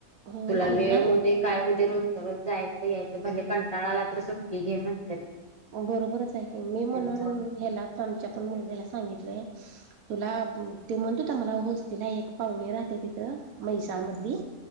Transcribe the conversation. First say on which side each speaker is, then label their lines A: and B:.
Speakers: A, on the right (about 80°); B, on the right (about 25°).
A: होय
B: तुला
A: की
B: वेळ
A: नाही
B: होऊ दे काय होदु रोजच्या रोज जायचं यायचं भले कंटाळा आला तर सुट्टी घे म्हणत्यात.
A: बरोबरच हाय की मी म्हणून
B: जाऊनच
A: ह्याला आत्ता आमच्या पण मुलग्याला सांगितलंय. तुला ते म्हणतोता मला होस्तीला एक पाहुणे राहते तिथं म्हैसार मध्ये